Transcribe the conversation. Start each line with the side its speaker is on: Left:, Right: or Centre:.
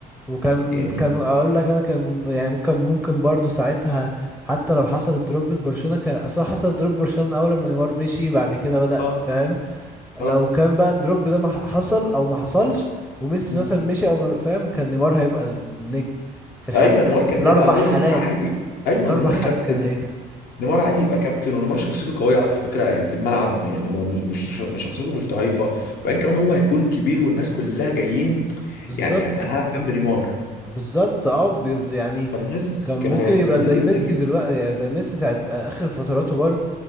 Centre: وكان
Left: يعني
Centre: كان اقول لك انا كان يعني ممكن ممكن برضو ساعتها حتى لو حصل الدروب لبرشلونة كان اصلا حصل الدروب لبرشلونة من اول ما نيمار مشي بعد كده بدأ
Left: اه
Centre: فاهم لو
Left: اه
Centre: كان بقى الدروب ده ما ح- حصل او ما حصلش وميسي
Left: مم.
Centre: مثلا مشي او ما فاهم كان نيمار هيبقى النجم في الحال
Left: ايوه نيمار
Centre: في
Left: كان
Centre: في الاربع
Left: هيبقى هو
Centre: حالات
Left: نيمار عادي
Centre: في
Left: ايوه
Centre: الاربع
Left: نيمار
Centre: حالات
Left: كابتن
Centre: كان هيجي
Left: نيمار عادي يبقى كابتن ونيمار شخصيته قوية على فكرة يعني في الملعب يعني هو مش مش مش شخصيته مش ضعيفة وبعدين كمان هو هيكون كبير والناس كلها جايين
Centre: بالظبط
Left: يعني يعني انا هلعب جنب نيمار
Centre: بالظبط اه بز- يعني
Left: فالناس
Centre: كان ممكن
Left: كانوا هيحترموه
Centre: يبقى زي
Left: جدا
Centre: ميسي
Left: جدا
Centre: دلوقتي يعني زي ميسي ساعة آخر فتراته برضه